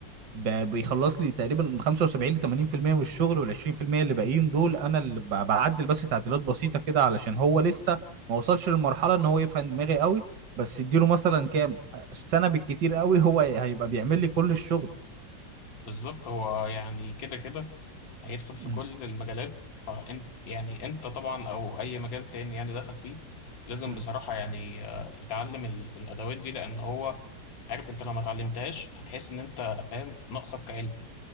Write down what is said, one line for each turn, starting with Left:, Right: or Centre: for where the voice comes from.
Right: ب- بيخلص لي تقريبا من 75 ل 80% من الشغل وال 20% اللي باقيين دول انا اللي ب- بعدل بس تعديلات بسيطه كده علشان هو لسه ما وصلش للمرحله ان هو يفهم دماغي قوي بس اديله مثلا كام سنه بالكتير قوي هو هيبقى بيعمل لي كل الشغل
Left: بالظبط هو يعني كده كده هيدخل في
Right: م-
Left: كل المجالات فانت يعني انت طبعا او اي مجال تاني يعني دخل فيه لازم
Right: م.
Left: بصراحة يعني آه، يتعلم ال- الادوات دي لان هو عارف انت لو ما اتعلمتهاش هتحس ان انت فاهم ناقصك كعلم